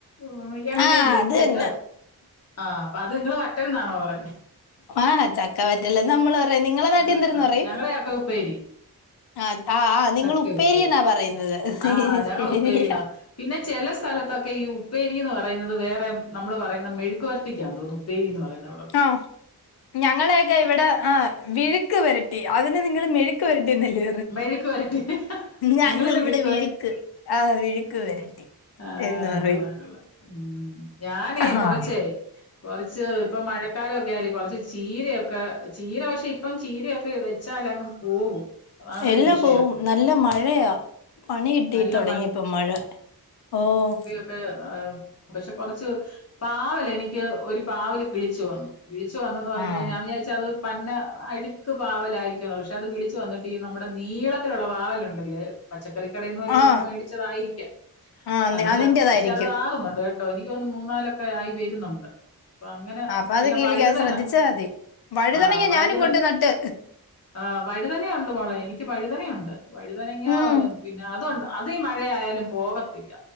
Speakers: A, on the left; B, on the left.
A: ഓഹ് എണ്ണേയില്
B: ആ
A: ഇട്ടിട്ട്
B: അത് തന്നെ
A: ആഹ് അപ്പ അത് നിങ്ങള് വറ്റല്ന്നണോ പറയുന്നെ
B: ആഹ് ചക്ക വറ്റല്ലെന്ന് അമ്മള് പറയും നിങ്ങളെ നാട്ടില്
A: ആഹ്
B: എന്തരെന്ന് പറയും
A: <unintelligible> ചക്ക ഉപ്പേരി
B: ആഹ് താ നിങ്ങള്
A: ചക്ക
B: ഉപ്പേരിന്നാ
A: ഉപ്പേരി
B: പറയുന്നത്
A: ആഹ് ഞങ്ങൾ
B: ശരിയാ
A: ഉപ്പേരിന്നാ പിന്നെ ചെല സ്ഥലത്തൊക്കെ ഈ ഉപ്പേരീന്ന് പറയുന്നത് വേറെ നമ്മള് പറയുന്ന മെഴുക്കു വെരട്ടിക്ക്യാ തോന്നുന്നു ഉപ്പേരീന്ന് പറയുന്നത് അവ്
B: ആഹ് ഞങ്ങളെ ക്കെ ഇവിടെ ആഹ് വിഴുക്ക് വെരട്ടി അതിന് നിങ്ങള് മെഴുക്ക് വരട്ടീന്നല്ലെ
A: മെഴുക്ക് വരട്ടി
B: ഞങ്ങള്
A: നിങ്ങള് മെഴുക്ക്
B: ഇവിടെ വിഴുക്ക്
A: വര
B: ആഹ് വിഴുക്ക് വരട്ടി
A: ആഹ്
B: എന്ന് പറയും
A: കൊള്ളാം കൊള്ളാം ഉം ഞാനേ
B: ആഹ്
A: കൊറച്ചേ കൊറച്ച്പ്പം മഴക്കാലൊക്കെ ആയില്ലേ കൊറച്ച് ചീരയൊക്കെ ചീര പക്ഷേ ഇപ്പം ചീരയൊക്കെ വെച്ചാലങ്ങ് പോവും അതാണൊരു
B: എല്ലാ
A: വിഷയം
B: പോവും നല്ല മഴയാ പണികിട്ടി
A: നല്ല
B: തൊടങ്ങിയിപ്പം മഴ ഓഹ്
A: <unintelligible> പക്ഷേ കൊറച്ച് പാവൽ എനിക്ക്യ് ഒരു പാവൽ കിളിച്ചു വന്നു കിളിച്ച് വന്നന്ന് പറഞ്ഞു
B: ആഹ്
A: കഴിഞ്ഞാൽ ഞാൻ വിചാരിച്ച് അത് പന്ന അഴുക്ക് പാവലായിരിക്കും പക്ഷെ അത് കിളിച്ചു വന്ന് ട്ടി നമ്മുടെ നീളത്തിലുള്ള പാവലുണ്ടല്ലേ പച്ചക്കറി കടേന്ന് വല്ലതും
B: ആഹ്
A: മേടിച്ചതായിരിക്ക്യാ
B: ആഹ്
A: അതിന്റെ
B: അതിന്റേതായിരിക്കും
A: അ പക്ഷേ അത് ആകുന്നുണ്ട് കേ ട്ടോ എനിക്ക്യു തോന്ന്ന്നു മൂന്നാലൊക്കെയായി വെരുന്നുണ്ട് ഇപ്പ അങ്ങനെ
B: അപ്പൊ അത്
A: പിന്നെ
B: കിളിക്കാതെ
A: വഴുതന
B: ശ്രദ്ധിച്ചാ മതി വഴുതനങ്ങ
A: ആഹ് വഴുതന
B: ഞാനും കൊണ്ട് നട്ട്
A: ആഹ് വഴുതനെയുണ്ട് മോളെ എനിക്ക്യ് വഴുതനെയുണ്ട് വഴുതനങ്ങ
B: ഉം
A: പിന്നെ അതുണ്ടാ അത് ഈ മഴയായാലും പോവത്തില്ല